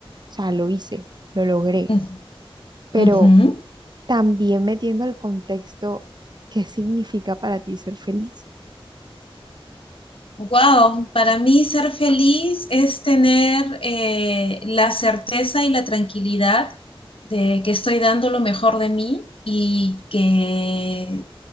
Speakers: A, on the right (about 45°); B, on the left (about 65°).
A: sea, lo hice, lo logré.
B: Ujú.
A: pero
B: Ujú.
A: también metiendo el contexto, ¿qué significa para ti ser feliz?
B: Wow, para mí ser feliz es tener eh, la certeza y la tranquilidad de que estoy dando lo mejor de mí y que